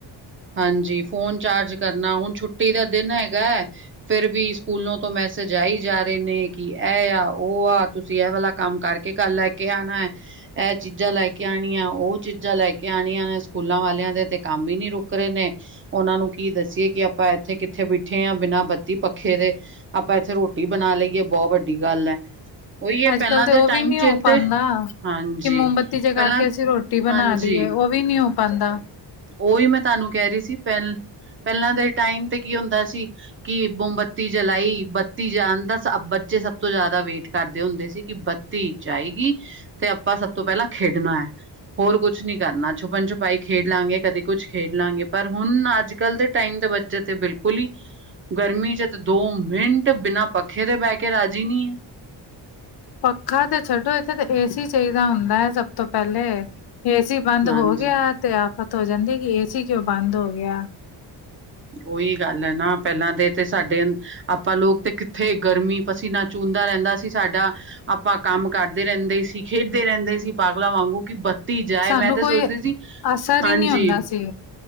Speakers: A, on the right; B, on the left.
A: ਹਾਂਜੀ, ਫੋਨ ਚਾਰਜ ਕਰਨਾ, ਹੁਣ ਛੁੱਟੀ ਦਾ ਦਿਨ ਹੈਗਾ ਹੈ। ਫਿਰ ਵੀ ਸਕੂਲੋਂ ਤੋਂ ਮੈਸੇਜ ਆਈ ਜਾ ਰਹੇ ਨੇ, ਕਿ ਇਹ ਆ, ਉਹ ਆ। ਤੁਸੀਂ ਇਹ ਵਾਲਾ ਕੰਮ ਕਰਕੇ ਕਲ ਲੈ ਕੇ ਆਣਾ। ਇਹ ਚੀਜ਼ਾਂ ਲੈ ਕੇ। ਲੈ ਕੇ ਆਣੀਆਂ, ਉਹ ਚੀਜ਼ਾਂ ਲੈ ਕੇ ਆਣੀਆਂ ਨੇ ਸਕੂਲਾਂ ਵਾਲਿਆਂ ਦੇ ਤੇ ਕੰਮ ਹੀ ਨੀ ਰੁਕ। ਰੁਕ ਰਹੇ ਨੇ, ਉਹਨਾਂ ਨੂੰ ਕੀ ਦੱਸੀਏ ਕਿ ਆਪਾਂ ਇੱਥੇ ਕਿੱਥੇ ਬੈਠੇ ਹਾਂ, ਬਿਨਾਂ ਬੱਤੀ ਪੱਖੇ ਦੇ। ਆਪਾਂ ਇੱਥੇ ਰੋਟੀ ਬਣਾ ਲਈਏ, ਬਹੁਤ ਵੱਡੀ ਗੱਲ ਹੈ। ਉਹੀ ਹੈ
B: ਅੱਜ
A: ਪਹਿਲਾਂ
B: ਕੱਲ ਤੇ
A: ਦੇ
B: ਉਹ
A: ਟਾਈਮ
B: ਵੀ ਨੀ ਹੋ
A: ਚ
B: ਪਾਉਂਦਾ।
A: ਤੇ ਹਾਂਜੀ,
B: ਕਿ ਮੋਮਬੱਤੀ ਜਗਾ
A: ਪਹਿਲਾਂ
B: ਕੇ ਅਸੀਂ ਰੋਟੀ ਬਣਾ
A: ਹਾਂਜੀ,
B: ਲਈਏ, ਉਹ ਵੀ ਨੀ ਹੋ ਪਾਉਦਾ।
A: ਉਹੀ ਮੈਂ ਤੁਹਾਨੂੰ ਕਹਿ ਰਹੀ ਸੀ, ਪਹਿਲ, ਪਹਿਲਾਂ ਦੇ ਟਾਈਮ ਤੇ ਕੀ ਹੁੰਦਾ ਸੀ। ਕਿ ਮੋਮਬੱਤੀ ਜਲਾਈ, ਬੱਤੀ ਜਾਣ ਦਾ, ਬੱਚੇ ਸਭ ਤੋਂ ਜ਼ਿਆਦਾ ਵੇਟ ਕਰਦੇ ਹੁੰਦੇ ਸੀ ਕਿ। ਬੱਤੀ ਜਾਏਗੀ ਤੇ ਆਪਾਂ ਸਭ ਤੋਂ ਪਹਿਲਾਂ ਖੇਡਣਾ ਹੈ, ਹੋਰ ਕੁਛ ਨੀ ਕਰਨਾ, ਛੁਪਣ ਛੁੱਪਾ। ਪਾਈ ਖੇਡ ਲਾਂਗੇ, ਕਦੇ ਕੁੱਝ ਖੇਡ ਲਾਂਗੇ। ਪਰ ਹੁਣ ਅੱਜ- ਕੱਲ੍ਹ ਦੇ ਟਾਈਮ ਦੇ ਬੱਚੇ ਤੇ ਬਿਲਕੁਲ ਹੀ। ਗਰਮੀ 'ਚ ਦੋ ਮਿੰਟ, ਬਿਨਾਂ ਪੱਖੇ ਤੇ ਬਹਿ ਕੇ ਰਾਜ਼ੀ ਨਹੀਂ ਹੈ।
B: ਪੱਖਾ ਤੇ ਛੱਡੋ ਇੱਥੇ ਤਾਂ, ਏਸੀ ਚਾਹੀਦਾ ਹੁੰਦਾ ਹੈ ਸਭ ਤੋਂ ਪਹਿਲੇ, ਏਸੀ। ਬੰਦ
A: ਹਾਂਜੀ।
B: ਹੋ ਗਿਆ ਤੇ ਆਫ਼ਤ ਹੋ ਜਾਂਦੀ, ਕਿ ਏਸੀ ਕਿਉਂ ਬੰਦ ਹੋ ਗਿਆ।
A: ਉਹੀ ਗੱਲ ਹੈ ਨਾ, ਪਹਿਲਾਂ ਤੇ। ਤੇ ਸਾਡੇ, ਆਪਾਂ ਲੋਕ ਤੇ ਕਿੱਥੇ, ਗਰਮੀ ਪਸੀਨਾ ਚੂਹਨਦਾ ਰਹਿੰਦਾ ਸੀ ਸਾਡਾ। ਆਪਾਂ ਕੰਮ ਕਰਦੇ ਰਹਿੰਦੇ ਸੀ, ਖੇਡਦੇ ਰਹਿੰਦੇ ਸੀ, ਪਾਗਲਾਂ ਵਾਂਗੂੰ ਕਿ। ਬੱਤੀ ਜਾਏ
B: ਸਾਨੂੰ
A: ਤੇ, ਮੈਂ ਤੇ
B: ਕੋਈ
A: ਸੋਚਦੀ ਸੀ,
B: ਅਸਰ
A: ਹਾਂਜੀ।
B: ਹੀ ਨਹੀਂ ਹੁੰਦਾ ਸੀ